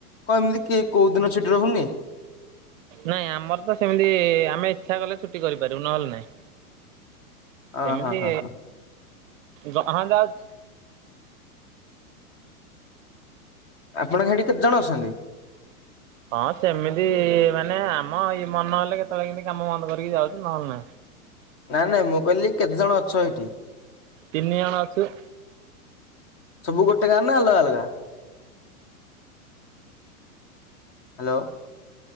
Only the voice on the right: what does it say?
ନାଇଁ ଆମର ତ ସେମିତି ଆମେ ଇଚ୍ଛା କଲେ ଛୁଟି କରିପାରିବୁ ନହେଲେ ନାଇଁ।
ସେମିତି
ହ ହଁ ଯାଉଚି।
ହଁ ସେମିତି ମାନେ ଆମ ଇ ମନ ହେଲେ କେତବଳେ କେମତି କାମ ବନ୍ଦ କରିକି ଯାଉଚୁ ନହେଲେ ନାଇଁ।
ତିନିଜଣ ଅଛୁ।